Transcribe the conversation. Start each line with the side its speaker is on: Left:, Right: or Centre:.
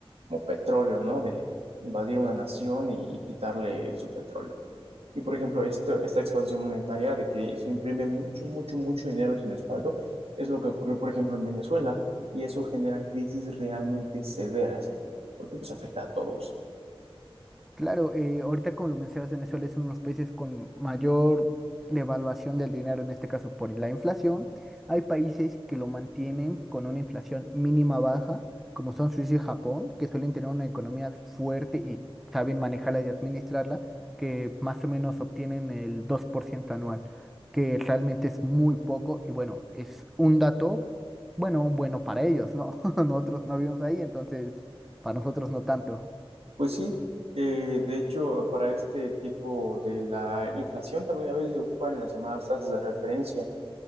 Right: como petróleo, ¿no? De invadir una nación y y quitarle su petróleo. Y por ejemplo, esto, esta expansión monetaria de que se imprime mucho, mucho, mucho dinero sin respaldo es lo que ocurrió, por ejemplo, en Venezuela y eso genera crisis realmente severas porque pues afecta a todos.
Centre: Claro, eh, ahorita como lo mencionas, Venezuela es uno de los países con mayor devaluación del dinero, en este caso por la inflación. Hay países que lo mantienen con una inflación mínima baja, como son Suiza y Japón, que suelen tener una economía fuerte y saben manejarla y administrarla, que más o menos obtienen el 2% anual, que realmente es muy poco y bueno, es un dato, bueno, bueno para ellos, ¿no? <laughs> Nosotros no vivimos ahí, entonces para nosotros no tanto.
Right: Pues sí, eh, de hecho, para este tipo de la inflación también a veces se ocupan las llamadas tasas de referencia,